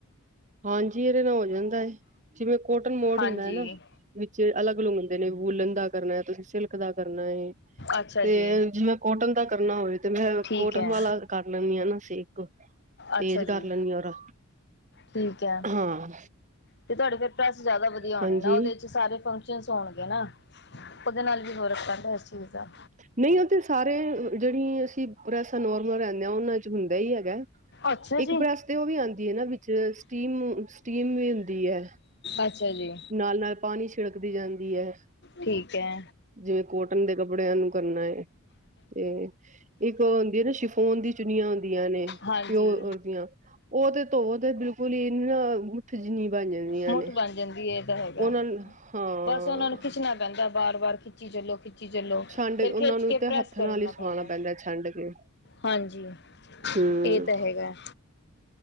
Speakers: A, on the right (about 35°); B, on the left (about 50°).
A: ਹਾਂਜੀ ਇਹਦੇ ਨਾਲ ਜਾਂਦਾ ਹੈ। ਜਿਵੇਂ ਕੋਟਨ ਮੋਡ
B: ਹਾਂਜੀ
A: ਹੁੰਦਾ ਹੈ। ਨਾ ਵਿੱਚ ਅਲੱਗ- ਅਲੱਗ ਹੁੰਦੇ ਨੇ। ਵੁਲਣ ਦਾ ਕਰਨਾ ਤੁਸੀਂ ਸਿਲਕ ਦਾ ਕਰਨਾ ਹੈ
B: ਅੱਛਾ
A: ਤੇ,,
B: ਜੀ
A: ਜਿਵੇਂ ਕੋਟਨ ਦਾ ਕਰਨਾ ਹੋਵੇ ਤੇ ਮੈਂ
B: ਠੀਕ
A: ਕੋਟਨ
B: ਹੈ
A: ਵਾਲਾ ਕਰ ਲੈਂਦੀ ਹਾਂ ਨਾ ਸੇਕ
B: ਅੱਛਾ
A: ਤੇਜ
B: ਜੀ
A: ਕਰ ਲੈਂਦੀ ਹਾਂ ਰ
B: ਠੀਕ ਹੈ
A: ਹਾਂ
B: ਤੇ ਤੁਹਾਡੇ ਫੇਰ ਪ੍ਰੈਸ ਜ਼ਿਆਦਾ ਵਧੀਆ ਹੋਣੇ
A: ਹਾਂਜੀ
B: ਨਾ ਉਹਦੇ ਚ ਸਾਰੇ ਫੰਕਸ਼ਨ ਹੋਣਗੇ ਨਾ ਉਹਦੇ ਨਾਲ ਵੀ ਹੋਰ ਪਾਂਦਾ ਇਸ ਚੀਜ਼ ਦਾ
A: ਨਹੀਂ ਉਹ ਤੇ ਸਾਰੇ,, ਜਿਹੜੀਆਂ ਅਸੀਂ ਪ੍ਰੈਸਾਂ ਨੋਰਮਲ ਰਹਿੰਦੇ ਹ ਉਹਨਾਂ ' ਹੁੰਦਾ ਹੀ ਹੈਗਾ
B: ਅੱਛਾ
A: ਇੱਕ
B: ਜੀ
A: ਪ੍ਰੈਸ ਤੇ ਉਹ ਵੀ ਆਉਂਦੀ ਹੈ। ਨਾ ਸਟੀਮ,, ਸਟੀਮ ਵੀ ਹੁੰਦੀ ਹੈ।
B: ਅੱਛਾ ਜੀ
A: ਨਾਲ-ਨਾਲ ਪਾਣੀ ਛਿੜਕਦੀ ਜਾਂਦੀ ਹੈ,
B: ਠੀਕ ਹੈ
A: ਜਿਵੇਂ ਕੋਟਨ ਦੇ ਕੱਪੜਿਆਂ ਨੂੰ। ਕਰਨਾ ਹੈ। ਤੇ ਇੱਕ ਉਹ ਹੁੰਦੀ ਹੈ ਨਾ, ਸ਼ਿਫੋਨ ਦੀ ਚੁਨੀਆਂ ਹੁੰਦੀਆਂ ਨੇ
B: ਹਾਂਜੀ
A: ਪਿਓ ਦੀਆਂ ਉਹ ਤੇ ਧੋ ਤੇ ਬਿਲਕੁਲ ਪੁਲੀ ਨਾ ਮੁੱਠ ਜਿੰਨੀ ਬਣ ਜਾਂਦੀਆਂ
B: ਮੁੱਠ
A: ਨੇ
B: ਬਣ ਜਾਂਦੀ ਹੈ ਇਹ ਤਾਂ ਹੈਗਾ
A: ਉਹਨਾਂ ਹਾਂ
B: ਬਸ ਉਹਨਾਂ ਨੂੰ ਖਿੱਚਣਾ ਪੈਂਦਾ, ਵਾਰ- ਵਾਰ ਖਿੱਚੀ ਚਲੋ, ਖਿੱਚ ਚ ਜੱਲੋਂ
A: ਛੰਡ
B: ਫਿਰ
A: ਉਹਨਾਂ
B: ਖਿੱਚ
A: ਨੂੰ
B: ਕੇ
A: ਤੇ
B: ਪ੍ਰੈੱਸ
A: ਹੱਥ
B: ਕਰੀਨਾ
A: ਨਾਲ ਹੀ ਸੁਆਣਾ
B: ਪੈਂਦਾ।
A: ਛੰਡ ਕੇ
B: ਹਾਂਜੀ,
A: ਹੂੰ
B: ਇਹ ਤਾਂ ਹੈਗਾ।